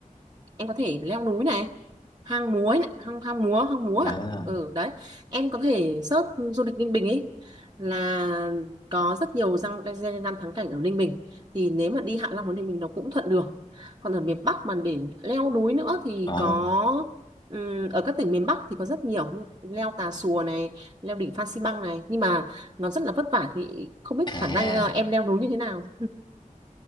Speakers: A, on the right (about 30°); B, on the left (about 35°).
A: em có thể leo núi này hang múa ấy này hang hang múa hang múa à
B: à
A: ừ đấy em có thể search du lịch Ninh Bình ấy là có rất nhiều răng danh lam thắng cảnh ở Ninh Bình thì nếu mà đi Hạ Long và Ninh Bình nó cũng thuận đường còn ở miền Bắc mà để leo núi nữa thì
B: ờ
A: có ừm, ở các tỉnh miền Bắc thì có rất nhiều như leo Tà Xùa này leo đỉnh Phan Xi Păng này nhưng mà nó rất là vất vả thì không biết
B: à
A: khả năng ờ, em leo núi như thế nào